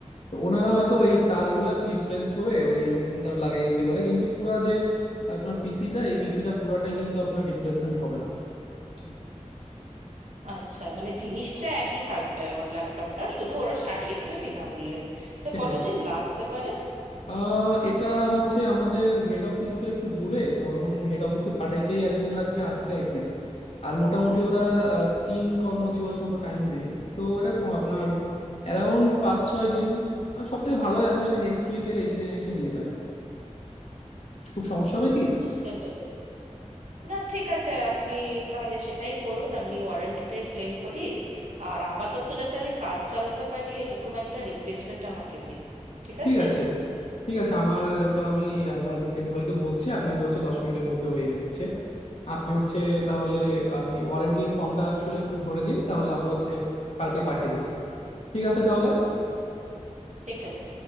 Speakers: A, on the left; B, on the right.
A: তো ওনারা হয়তো ওই তারগুলা আর কি রিপ্লেস করে ওই নতুন তার লাগিয়ে দিতে পারে কিন্তু পুরা যে আপনার পিসিটা এই পিসিটা পুরাটাই কিন্তু আপনার রিপ্লেসমেন্ট হবে না বুঝছেন?
B: আচ্ছা মানে জিনিসটা একই থাকবে আমার ল্যাপটপটা শুধু ওরা সারিয়ে দেবে বিনামূল্যে তো
A: সেটাই
B: কতদিন লাগতে পারে
A: আহ এটা হচ্ছে আমাদের হেড অফিস তো একটু দূরে ধরুন হেড অফিসে পাঠাইতেই একদিন লাগবে আসতে একদিন আর মোটামুটি ওরা আহ, তিন কর্মদিবস মতো টাইম নেয় তো এরকম আপনার অ্যারাউন্ড পাঁচ ছয় দিন আর সব থেকে ভালো হয় আপনি যদি নেক্সট উইকের এই দিনে এসে নিয়ে যান আর কি। খুব সমস্যা হবে কি
B: বুঝতে পেরেছি না ঠিক আছে আপনি তাহলে সেটাই করুন আমি ওয়ারেন্টিটাই ক্লেম করি আর আপাতত যাতে আমি কাজ চালাতে পারি এরকম একটা রিপ্লেসমেন্ট আমাকে দিন ঠিক
A: ঠিক
B: আছে
A: আছে ঠিক আছে আমার ওটা আমি আমার এমপ্লয়কে বলছি আপনাকে হচ্ছে দশ মিনিটের মধ্যে ও এনে দিচ্ছে আপনি হচ্ছে তাহলে আমি ওয়ারেন্টি ফর্মটা আসলে একটু ভরে দিন তাহলে আমরা হচ্ছে কালকেই পাঠিয়ে দিচ্ছি ঠিক আছে তাহলে
B: ঠিক আছে